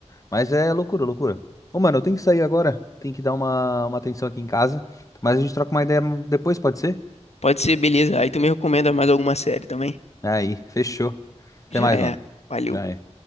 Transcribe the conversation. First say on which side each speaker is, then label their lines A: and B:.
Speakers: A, on the left (about 30°); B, on the left (about 65°).
A: Mas é loucura, loucura. Ô, mano, eu tenho que sair agora. Tem que dar uma, uma atenção aqui em casa. Mas a gente troca uma ideia depois, pode ser?
B: Pode ser, beleza. Aí tu me recomenda mais alguma série também?
A: Aí, fechou.
B: Já
A: Até mais,
B: é.
A: mano.
B: Valeu.
A: Já é.